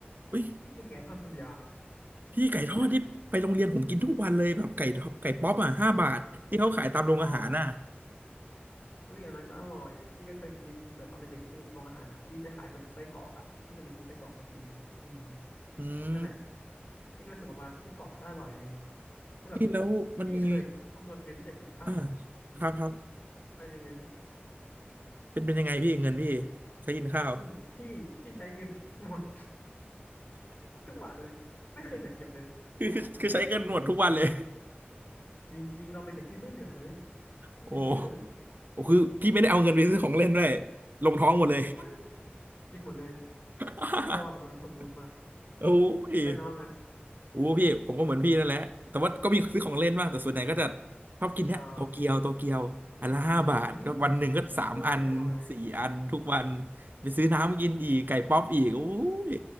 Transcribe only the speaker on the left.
พี่กินไก่ทอดคนเดียวอะ
กินแบบอ๋ออุ้ยอันนั้นก็อร่อยพี่ก็เคยกินแต่ตอนเด็กๆที่โรงอาหารอ่ะพี่จะขายเป็นไส้กรอกอ่ะพี่ก็เลยซื้อไส้กรอกมากินอืม
นั่นแหละพี่ก็รู้สึกว่ามาไส้กรอกก็อร่อยเลยแล้วแบบ
พี่เคยคำนวณเงินที่จะกินข้าวอ่ะอืม
ได้ยังไง
อืมพี่พี่ใช้เงิน <laughs> หมดทุกบาทเลยไม่เคยเหลือเก็บเลยนะ
จริง จริงจริงตอนเด็กๆพี่ไม่เหลือเลยไม่เหลือเก็บเลย
ไม่กินหมดเลย
พี่โตมาแบบอุดมสมบูรณ์มาก
และน้องอะ
อ่าอืมอืมอืมอร่อยอร่อย